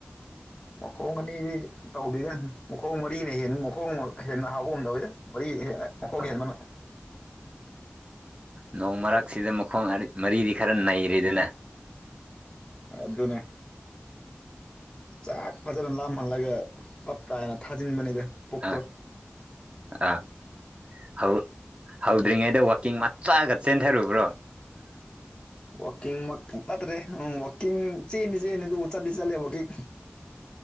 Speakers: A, on the left; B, on the right.
A: ꯃꯈꯣꯡ ꯑꯅꯤꯗꯤ ꯇꯧꯗꯦꯗ ꯃꯈꯣꯡ ꯃꯔꯤꯅ ꯍꯦꯟꯂꯤ ꯃꯈꯣꯡ ꯍꯦꯟꯅ ꯍꯥꯎꯕꯒꯨꯝ ꯇꯧꯏꯗ ꯃꯔꯤ ꯍꯦꯟꯅ ꯃꯈꯣꯡ
B: ꯑꯥ
A: ꯍꯦꯟꯕꯅ
B: ꯅꯣꯡ ꯃꯔꯛꯁꯤꯗ ꯃꯈꯣꯡ ꯃꯔꯤꯗꯤ ꯈꯔ ꯅꯩꯔꯦꯗꯅ
A: ꯑ ꯑꯗꯨꯅꯦ ꯆꯥꯛ ꯐꯖꯅ ꯂꯥꯝꯍꯜꯂꯒ ꯇꯞ ꯇꯥꯏꯅ ꯊꯥꯖꯤꯟꯕꯅꯤꯗ ꯄꯨꯛꯇꯣ
B: ꯑꯥ ꯑꯥ ꯍꯧ ꯍꯧꯗ꯭ꯔꯤꯉꯩꯗ ꯋꯥꯛꯀꯤꯡ ꯃꯆꯥꯒ ꯆꯦꯟꯊꯔꯨꯕ꯭ꯔꯣ
A: <unintelligible> ꯋꯥꯀꯤꯡ ꯃꯛ ꯅꯠꯇꯥꯔꯦ ꯎꯝ ꯋꯥꯀꯤꯡ ꯆꯦꯟꯗꯤꯆꯦꯟꯂꯦ ꯑꯗꯨꯕꯨ ꯆꯠꯇꯤ ꯆꯠꯂꯦ ꯋꯥꯀꯤꯡ